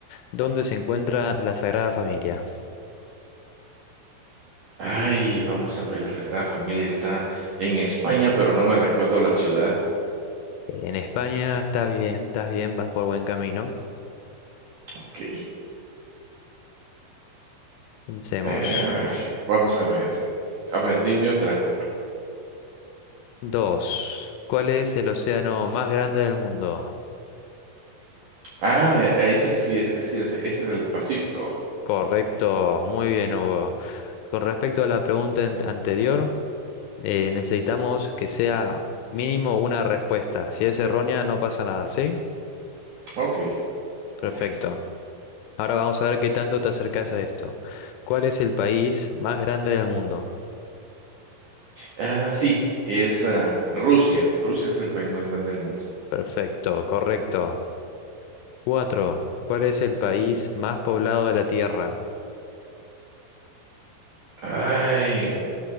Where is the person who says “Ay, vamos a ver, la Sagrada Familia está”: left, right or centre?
Right